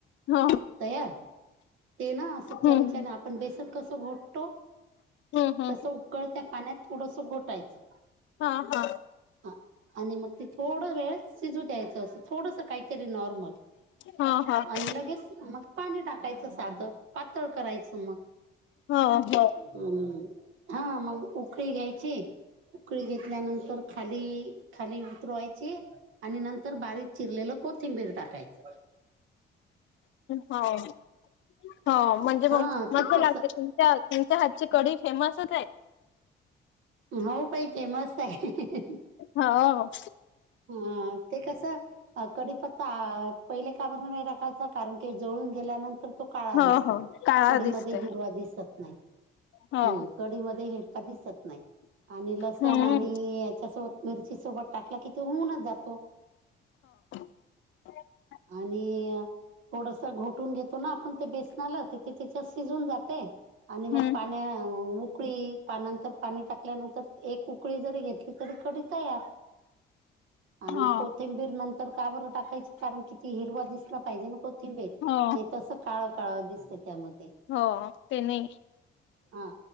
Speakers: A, on the left; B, on the right.
A: हो
B: तयांर ते नां असं
A: हम्म
B: चमच्याने आपणं बेसन कसं घोटतो.
A: हम्म हम्म
B: तसं उकळं त्या पाण्यांत थोडंसं घोटांयचं.
A: हां हां.
B: हां. आणि मंग ती थोडं वेळ शिजू द्यायचं असं थोडंसं कांहीतरी नॉरर्मल
A: हां हां.
B: लगेचं मंग पाणी टाकांयचं साधं पातंळ करांयचं मंग.
A: हो हो
B: हम्मं हां मंग उकळी घ्यांयची उकळी घेतल्यांनंतर तरं खाली खाली उतरवांयंची आणि नंतर बारीक चिरलेलं कोथिंबीर कोथिंबीर टाकांयचं.
A: होवं होवं म्हणजे मंग
B: हा
A: मस्तं
B: ते तस
A: लागते तु तुमच्यां तुमच्यां हातंची कढी फेमसंचं आहे?
B: होव बाई फेमसं आहे.
A: होव
B: हम्मं ते कसं कडीपत्तां पहिलें कां बरं नाहीं टाकांयचां. कारणं की जळूंन गेल्यांनंतर तो काळां
A: हो
B: दिसंतो
A: हो काळा
B: कडीमंध्ये
A: दिसते
B: हिरवां दिसतं नाहीं.
A: हो
B: हम्मं कढी मध्यें हिरवां दिसतं नाहीं आणि लसूणं
A: हम्म
B: आणि यांच्यांसोबत मिर्ची सोबतं टांकलां कि ते होऊनंच जातो.
A: <inaudible> <unintelligible>
B: आणि थोडंसं घोटून घेतों नां आपणं ते बेसनांला तिथं त्यांच्यात शिजून जाते. आणि मंग
A: हम्म
B: पाण्यांत उकळी पानंतर पाणी टाकल्यांनंतर एक उकळी जरी घेतलीं तरी कढी तयांर. आणि
A: हो
B: कोथिंबीर नंतर का बरं टाकायंची कारणं किती हिरवा दिसलां पाहिजे नां. कोथिंबीर
A: हो
B: नाहीं तसं काळं काळं दिसतं त्यांमध्ये.
A: होव ते नाहीं
B: हां